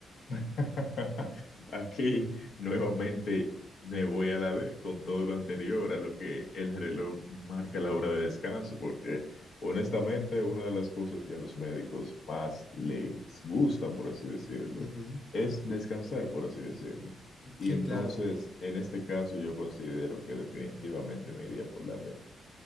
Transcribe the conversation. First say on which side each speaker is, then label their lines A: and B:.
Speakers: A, on the left (about 75°); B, on the left (about 50°).
A: <laughs> Aquí nuevamente me voy a la D con todo lo anterior a lo que el reloj marca la hora de descanso, porque honestamente una de las cosas que a los médicos más les gusta, por así decirlo,
B: Ujú.
A: es descansar, por así decirlo. Y
B: Sí,
A: entonces,
B: claro.
A: en este caso, yo considero que definitivamente me iría por la D.